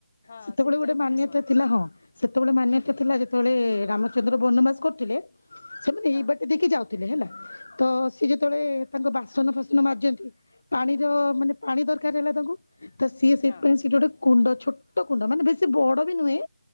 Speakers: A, on the left (about 40°); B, on the left (about 65°).
A: ହଁ
B: ସେତେବେଳେ
A: ସୀତାକୋଣ
B: ଗୋଟେ ମାନ୍ୟତା
A: ଶୁଣିଛି
B: ଥିଲା ହଁ। ସେତେବେଳେ ମାନ୍ୟତା ଥିଲା ଯେତେବେଳେ ରାମଚନ୍ଦ୍ର ବନବାସ କରୁଥିଲେ ସେମାନେ
A: ହଁ
B: ଏଇ ବାଟେ ଦେଇକି ଯାଉ ଥିଲେ ହେଲା। ତ ସି ଯେତେବେଳେ ତାଙ୍କ ବାସନ ଫାସନ ମଜନ୍ତି। ପାଣିର ମାନେ ପାଣି ଦରକାର ହେଲା ତାଙ୍କୁ। ତ ସିଏ ସେଇଥିପାଇଁ
A: ହଁ।
B: ସେଠି ଗୋଟେ କୁଣ୍ଡ ଛୋଟ କୁଣ୍ଡ ମାନେ ବେଶୀ ବଡ଼ ବି ନୁହେଁ।